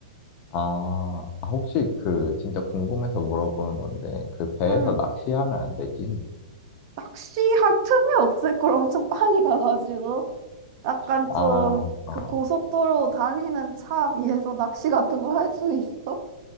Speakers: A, on the left; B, on the right.
A: 아, 아, 혹시 그 진짜 궁금해서 물어보는 건데 그 배에서
B: 음,
A: 낚시하면 안 되지?
B: 낚시할 틈이 없을 걸 엄청 빨리 가가지고 약간
A: 아,
B: 좀
A: 어.
B: 그 고속도로 달리는 차 위에서 낚시 같은 걸 할 수 있어?